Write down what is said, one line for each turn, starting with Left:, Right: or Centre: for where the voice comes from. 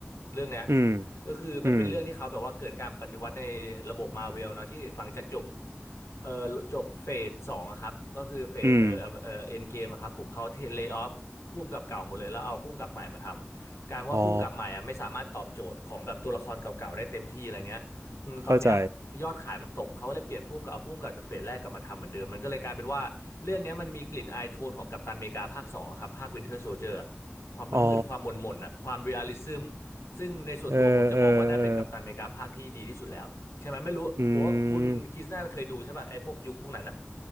Left: เรื่องเนี้ย
Right: อืม
Left: ก็คือมันเป็นเรื่องที่เขาแบบว่าเกิดการปฏิวัติในระบบมาเวลเนาะที่หลังจากจบ
Right: อืม
Left: เอ่อจบเฟสสองอะครับก็คือเฟสเอ่อเอ่อเอ็นเกมครับผมเขาเทเลย์ออฟพุ่มกับเก่าหมดเลยแล้วเอาพุ่มกับใหม่มาทำการว่าพุ่มกับใหม่อะไม่สามารถตอบโจทย์ของแบบตัวละครเก่าๆได้เต็มที่อะไรเงี้ย
Right: อืมอ๋อ
Left: อืมตอนเนี้ยยอดขายมันตกเขาก็เลยเปลี่ยนผู้กำกับเอาผู้กำกับจากเฟสแรกกลับมาทำเหมือนเดิมมันก็เลยกลายเป็นว่าเรื่องเนี้ยมันมีกลิ่นอายโทนของกัปตันอเมริกาภาคสองอะครับภาควินเทอร์โซลเจอร์
Right: เข้าใจ
Left: ความมืดๆความหม่นๆอ่ะความเรียลลิซึม
Right: อ๋อ
Left: ซึ่งในส่วนตัวผมจะมองว่าน่าเป็นกัปตันอเมริกาภาคที่ดีที่สุดแล้วใช่ไหมไม่รู้โคว่าคุณคริสน่าจะเคยดูใช่ป่ะไอ้พวกยุคพวกนั้นนะ
Right: เออเออเอออืม